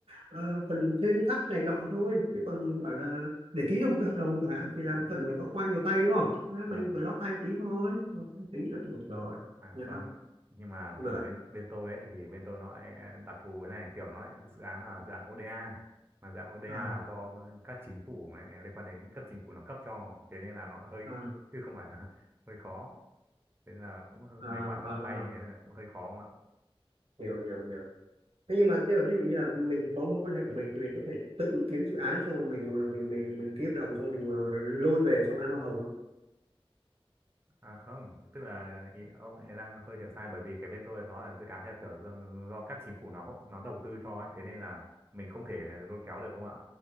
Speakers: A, on the right (about 85°); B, on the right (about 20°).
A: ờ, phần thêm thắt này nọ thôi. Chứ còn bảo là để ký được một cái hợp đồng chẳng hạn thì là cần phải có qua nhiều tay đúng không? Thế
B: à,
A: Mình phải lót tay tí thôi, lót tay tí là được rồi,
B: à,
A: nhận
B: không
A: không?
B: nhưng mà
A: Không
B: kiểu
A: được à?
B: bên bên tôi ấy thì bên tôi nó lại đặc thù cái này kiểu nó lại dự án là dự án ODA mà dự án ODA
A: À,
B: là do các chính phủ ấy, liên quan đến cấp chính phủ nó cấp cho thế nên là nó hơi
A: à,
B: chứ không phải là <laughs> hơi khó thế nên là cũng hơi-
A: à,
B: mấy khoản lót
A: à, à.
B: tay thế nên là cũng hơi khó
A: hiểu hiểu hiểu thế nhưng mà thế là ví dụ như là mình có mối quan hệ của mình thì mình có thể tự kiếm dự án xong rồi mình ờ, mình mình mình ký hợp đồng xong mình ờ, lôi về xong ăn hoa hồng không
B: À không, tức là ý, ông lại đang hơi hiểu sai bởi vì cái bên tôi nó là dự án theo kiểu do, do các chính phủ nó hỗ- nó đầu tư cho ấy, thế nên là mình không thể lôi kéo được ông ạ.